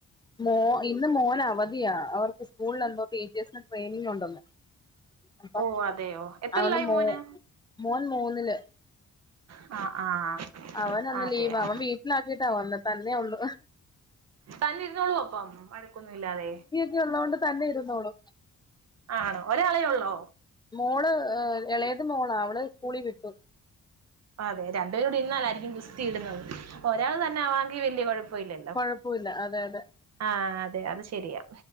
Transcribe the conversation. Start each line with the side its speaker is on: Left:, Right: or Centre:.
Left: മോ ഇന്ന് മോനവധിയാ അവർക്ക് സ്കൂള്ലെന്തോ ടീച്ചേഴ്സിന് ട്രെയിനിങ്ങുണ്ടെന്ന് അപ്പം
Right: ഓ അതെയോ എത്രല്ലായി
Left: അവൾ മൂ
Right: മോന്
Left: മോൻ മൂന്ന്ല്
Right: ആ ആ
Left: അവനിന്ന്
Right: അതെയോ
Left: ലീവ അവൻ വീട്ടിലാക്കിട്ടാ വന്ന് തന്നെ ഒള്ളു
Right: തന്നെര്ന്നോളോ അപ്പം വഴക്കൊന്നുല്ലാതെ
Left: <unintelligible> ഉള്ളോണ്ട് തന്നെ ഇര്ന്നോളും
Right: ആണോ ഒരാളെ ഒള്ളോ
Left: മോള് എളേത് മോളാ അവള് സ്കൂളി വിട്ടു
Right: അതെ രണ്ട് പേരൂടെ ഇര്ന്നാലായിരിക്കും ഗുസ്തി ഇടുന്നത് ഒരാൾ തന്നെ ആവാൻങ്കി വെല്ല്യ കൊഴപ്പല്ലല്ലോ
Left: കൊഴപ്പുല്ല അതെ അതെ
Right: ആ അതെ അത് ശെരിയാ